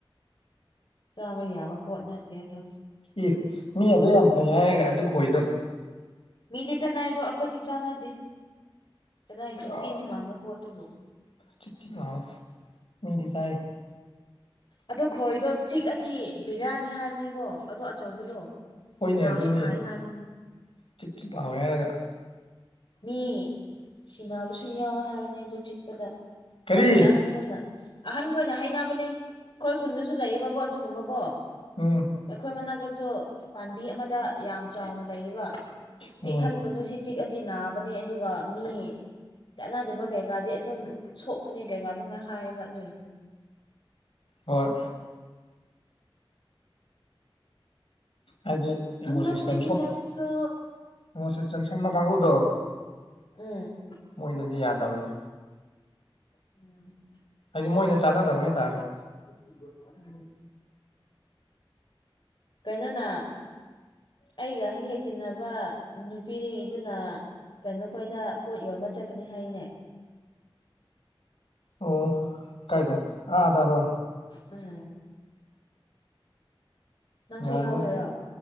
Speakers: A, on the left; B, on the left.
A: ꯆꯥꯕ ꯌꯥꯕ ꯄꯣꯠ ꯅꯠꯇꯦꯗꯣ
B: ꯏ ꯃꯤ ꯑꯗꯨ ꯌꯥꯝ ꯐꯩ ꯍꯥꯏꯔꯒ ꯑꯗꯨ ꯈꯣꯏꯗꯣ
A: ꯃꯤꯗꯤ ꯆꯥꯟꯅꯩ ꯑꯗꯣ ꯑꯩꯈꯣꯏꯗꯤ ꯆꯥꯟꯅꯗꯦ ꯀꯗꯥꯏꯒꯤ
B: ꯑꯥ
A: ꯇꯤꯟ ꯃꯥꯟꯕ ꯄꯣꯠꯇꯨꯕꯨ
B: ꯆꯤꯛ ꯆꯤꯛ ꯂꯥꯎꯑꯣ ꯃꯤꯗꯤ ꯆꯥꯢ
A: ꯑꯗꯣ ꯈꯣꯏꯗꯣ ꯆꯤꯛꯑꯗꯤ ꯕꯤꯔꯥꯅꯤ ꯍꯥꯏꯕꯅꯤꯀꯣ ꯑꯗꯣ ꯑꯆꯧꯕꯗꯣ
B: ꯍꯣꯏꯅꯦ
A: ꯅꯥꯁꯨ
B: ꯑꯗꯨꯅꯤ
A: ꯅꯥꯏ ꯍꯥꯏꯕꯅꯤ
B: ꯆꯤꯛ ꯆꯤꯛ ꯂꯥꯎꯑꯦ ꯍꯥꯏꯔꯒ
A: ꯃꯤ ꯁꯤꯅꯕꯁꯨ ꯌꯥꯎꯑꯦ ꯍꯥꯏꯕꯅꯤ ꯑꯗꯨ ꯆꯤꯛꯄꯗ
B: ꯀꯔꯤ
A: ꯈꯪꯗꯦ ꯑꯍꯟ ꯈꯣꯏꯅ ꯑꯍꯟꯈꯣꯢꯅ ꯍꯥꯏꯅꯕꯅꯦ ꯈꯣꯏ ꯈꯨꯟꯗꯁꯨ ꯂꯩꯌꯦꯕꯀꯣ ꯑꯗꯨꯒꯨꯝꯕ ꯀꯣ
B: ꯎꯝ
A: ꯑꯩꯈꯣꯏ ꯃꯅꯥꯛꯇꯁꯨ ꯄꯥꯟꯕꯤ ꯑꯃꯗ ꯌꯥꯝ ꯆꯥꯎꯅ ꯂꯩꯌꯦꯕ
B: ꯎꯝ
A: ꯆꯤꯛꯍꯟꯒꯅꯨ ꯁꯤ ꯆꯤꯛꯑꯗꯤ ꯅꯥꯕꯅꯦ ꯑꯗꯨꯒ ꯃꯤ ꯆꯥꯟꯅꯗꯕ ꯀꯩꯀꯥꯗꯤ ꯑꯗꯨꯝ ꯁꯣꯛꯄꯅꯦ ꯀꯩꯀꯥ ꯑꯗꯨꯃꯥꯏ ꯍꯥꯏꯌꯦꯕ ꯑꯗꯨꯏꯅꯤꯗ
B: ꯍꯣꯢ ꯍꯥꯏꯗꯤ
A: ꯈꯪꯂꯝꯒꯅꯤ
B: ꯏꯃꯣꯟ ꯁꯤꯁꯇꯦꯝ ꯁꯣ
A: ꯅꯪꯁꯨ
B: ꯏꯃꯣꯟ ꯁꯤꯁꯇꯦꯝ ꯁꯣꯟꯕ ꯀꯥꯡꯒꯨꯗꯣ
A: ꯎꯝ
B: ꯃꯣꯏꯅꯗꯤ ꯌꯥꯗꯕꯅꯦ
A: ꯎꯝ <unintelligible>
B: ꯍꯥꯏꯗꯤ ꯃꯣꯏꯗ ꯆꯥꯟꯅꯗꯕ ꯍꯥꯏꯇꯥꯔꯦ
A: ꯎꯝ <unintelligible> ꯀꯩꯅꯣꯅ ꯑꯩꯒ ꯍꯦ ꯍꯦꯛ ꯇꯤꯟꯅꯕ ꯅꯨꯄꯤꯔꯤꯗꯨꯅ ꯀꯩꯅꯣꯈꯣꯏꯗ ꯄꯣꯠ ꯌꯣꯟꯕ ꯆꯠꯀꯅꯤ ꯍꯥꯏꯅꯦ
B: ꯑꯣ ꯀꯥꯏꯗ ꯑꯥꯗꯔꯣ
A: ꯎꯝ ꯅꯪꯁꯨ
B: ꯉꯍꯥꯟ
A: ꯌꯥꯎꯗꯣꯏꯔꯣ
B: ꯃꯣꯏ